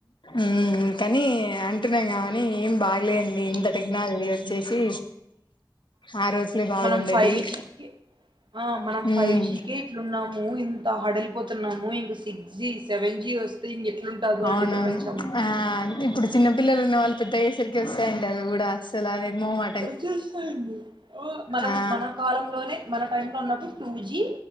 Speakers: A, on the left; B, on the right.
A: ఊ కానీ అంటి తన్నాయి కానీ ఏం బాగిలెన్ నే ఇంతటి
B: ఉమ్,
A: టెక్నాలజీ వచ్చేసీ
B: ఉమ్.
A: ఆ రోజులే బాగుండేటివి
B: మనం ఫైవ్ జీకి ఆ మనం
A: ఉమ్
B: ఫైవ్ జీ కే ఇట్లున్నాము ఇంత హడలిపోతున్నాము ఇంకా సిక్స్ జీ సెవెన్ జి వస్ వత్తే ఎట్లుంటాదో
A: అవునవును
B: అండి ప్రపంచం
A: ఆ ఇప్పుడ్ చిన్న పపిల్లలు ఉన్నవాళ్ళు పెద్దయ్యేసరికి వస్తాయండి అవి కూడా అసల నిర్మోమా
B: వచ్చేస్తాండ్ ఓ మనం
A: ఆ
B: మన కాలంలోనే మన టైమ్ లో ఉన్నప్పుడు టూ జీ